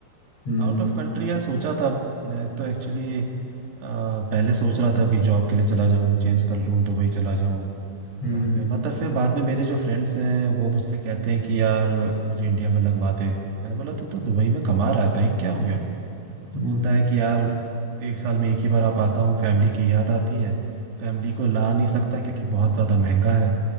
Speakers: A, on the left (about 40°); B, on the right (about 80°).
A: हम्म
B: आउट ऑफ कंट्री यार सोचा था मैं तो एक्चुअली पहले सोच रहा था कि जॉब के लिए चला जाऊं चेंज कर लूं दुबई चला जाऊं
A: हम्म
B: वहां पे मतलब फिर बाद में मेरे जो फ्रेंड्स हैं वो मुझसे कहते हैं कि यार मुझे इंडिया में लगवा दे मैंने बोला तू तो दुबई में कमा रहा है भाई क्या हो गया तो
A: हम्म
B: बोलता है कि यार एक साल में एक ही बार आ पाता हूँ फैमिली की याद आती है फैमिली को ला नहीं सकता क्योंकि बहुत ज्यादा महंगा है